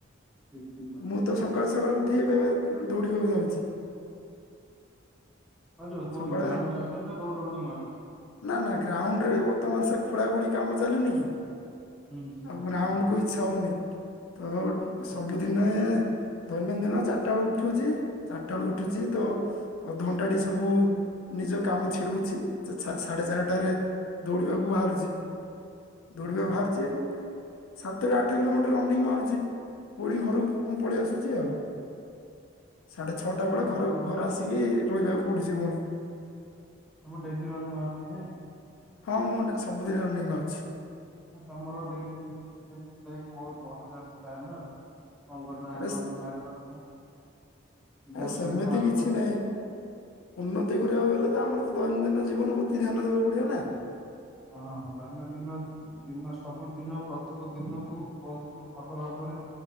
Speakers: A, in the centre; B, on the left.
A: ଠିକ ଠିକ କହିଲ
B: ମୁଁ ତ ସକାଳୁ ସକାଳୁ ଉଠି ଗଲେ ଦଉଡ଼ି ଦଉଡ଼ି ଯାଉଛି।
A: ହଉ, ଯୋଉ କୋଉଠି
B: ସକାଳେ
A: ଗ୍ରାଉଣ୍ଡ ଯାଉଛ ନା, ରୋଡ଼ ରନିଙ୍ଗ ମାରୁଛ?।
B: ନା, ନା, ଗ୍ରାଉଣ୍ଡ ରେ ବର୍ତ୍ତମାନ ସେ ଖୋଳା ଖୋଳି କାମ ଚାଲିନି କି,
A: ହୁଁ ଠିକ
B: ଆଉ
A: ଠିକ
B: ଗ୍ରାଉଣ୍ଡ
A: କହିଲ
B: କୁ। ଇଛା ହଉନି, ତ
A: ଆଚ୍ଛା
B: ସବୁଦିନି। ମାନେ ଦୈନନ୍ଦିନ ଚାରିଟା ବେଳୁ ଉଠୁଛି, ଚାରିଟା ବେଳକୁ ଉଠୁଛି ତ। ଅଧଘଣ୍ଟା ଟି ସବୁ ନିଜ କାମ। ଚିଡିହଉଛି। ସେ ସାଢେ ଚାରିଟାରେ ଦୌଡିବାକୁ ବାହାରୁଛି!। ଦୌଡିବାକୁ
A: ଆଚ୍ଛା
B: ବାହାରୁଛି!। ସାତରୁ ଆଠ କିଲୋମିଟର ରନିଂ ମାରୁଛି, ପୁଣି ଘରକୁ ପଳେଇ ଆସୁଛି ଆଉ!। ସାଢେ ଛଅଟା ବେଳେ ଘର
A: ତମର
B: ଘରେ ଆସିକି ରହିବାକୁ ପଡୁଛି ପୁଣୀ!।
A: ସବୁ ଡେଲି ମାନେ ବାହାରୁଛନ୍ତିଁ?।
B: ହଁ, ମୁଁ ଡେଲି। ସବୁ ଦିନ ରାଉଣ୍ଡିଙ୍ଗ ମାରୁଛି!
A: ଆଉ ତମର ଡେଲି, ଡେଲି ଲାଇଫ୍, ବହୁତ୍ ଭଲ ଚାଲିଛି ତାହଲେ ଆଉ!। କଣ କରିବ, ଆମର
B: ଆରେ
A: ଏଇନେ ବାହାରି ପାରୁନୁ, ଏଜାମ୍
B: ଆରେ ସେମିତି
A: ସରିଲେ ବାହାରିବୁ
B: କିଛି
A: ଆଉ!।
B: ନାହିଁ ଉନ୍ନତି କରିବାକୁ ହେଲେ ତ ଆମର ତ ଦୈନନ୍ଦିନ ଜୀବନ ପ୍ରତି ଧ୍ୟାନ ଦବାକୁ ପଡିବ ନା!
A: ହଁ ଦୈନଦିନ। ଦିନ ସବୁଦିନ ପ୍ରତ୍ୟେକ ଦିନକୁବହୁତ୍ ଭଲ ଭାବରେ।